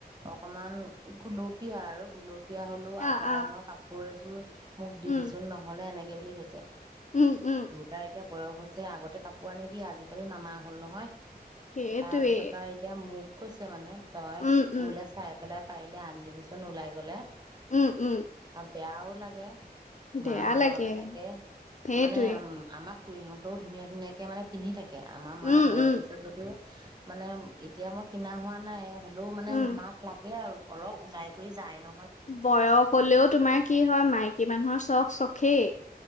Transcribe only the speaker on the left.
অ
অ
উম
উম, উম
সেইটোৱে
উম উম
উম উম
বেয়া
লাগে
সেইটোৱে
উম
উম
উম
বয়স হ'লেও তোমাৰ কি হয় মাইকী মানুহৰ চখ চ খেই